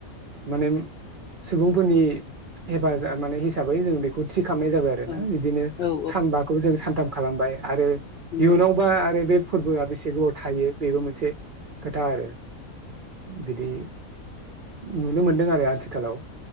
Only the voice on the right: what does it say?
माने सुबुंफोरनि हेफाजाब माने हिसाबै जोङो बेखौ थि खालामनाय जाबाय आरो ना
बिदिनो
सानबाखौ जों सानथाम खालामबाय आरो
इयुनावबा आरो बे फोरबोआ बेसे गोबाव थायो? बेबो मोनसे खोथा आरो बिदि नुनो मोनदों आरो आथिखालाव